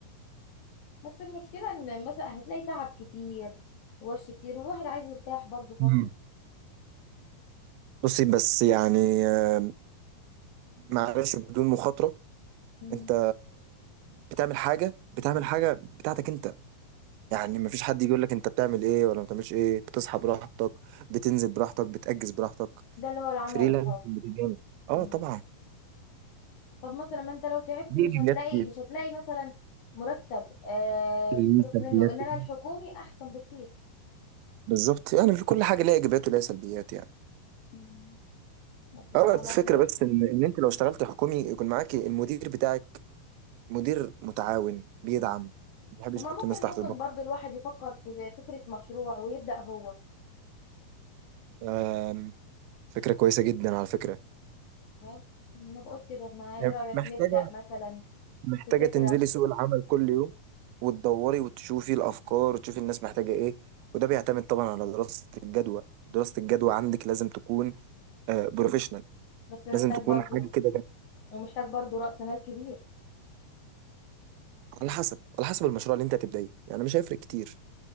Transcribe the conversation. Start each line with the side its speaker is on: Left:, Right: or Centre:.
Left: بس المشكلة إن مثلا هتلاقي تعب كتير ووش كتير والواحد عايز يرتاح برضو فترة
Right: مم. بصي بس يعني آه، معلش بدون مخاطره
Left: مم.
Right: انت بتعمل حاجه بتعمل حاجه بتاعتك انت يعني مفيش حد يجي يقول لك انت بتعمل ايه ولا ما بتعملش ايه بتصحى براحتك بتنزل براحتك بتأجز براحتك
Left: ده اللي هو العمل
Right: فريلانسنج
Left: الحر
Right: بتجاني اه
Left: مم.
Right: طبعا
Left: طب مثلا ما انت لو تعبت
Right: دي
Left: مش
Right: ايجابيات
Left: هتلاقي مش هتلاقي مثلا مرتب آه
Right: ليه
Left: تصرف
Right: سلبيات
Left: منه انما
Right: كتير.
Left: الحكومي احسن بكتير
Right: بالظبط يعني في كل حاجه ليها ايجابيات وليها سلبيات يعني
Left: مم. الله
Right: اه
Left: على
Right: الفكره
Left: خير
Right: بس ان ان انت لو اشتغلت حكومي يكون معاك المدير بتاعك مدير متعاون بيدعم
Left: مم.
Right: ما بيحبش
Left: طب ما
Right: يحط
Left: ممكن
Right: الناس تحت
Left: ممكن
Right: ضغط
Left: برضو الواحد يفكر في فكرة مشروع ويبدأ هو
Right: آم، فكره كويسه جدا على فكره
Left: فاهم؟ انا بقول كده ما ايه
Right: يعني
Left: رأيك
Right: محتاجه
Left: نبدأ مثلا
Right: محتاجه
Left: بفكرة
Right: تنزلي سوق العمل كل يوم وتدوري وتشوفي الافكار وتشوفي الناس محتاجه ايه وده بيعتمد طبعا على دراسه الجدوى دراسه الجدوى عندك لازم تكون بروفيشنال
Left: بس محتاج
Right: لازم تكون
Left: برضو
Right: حاجه كده
Left: ومحتاج برضو رأس مال كبير
Right: على حسب على حسب المشروع اللي انت هتبدأيه يعني مش هيفرق كتير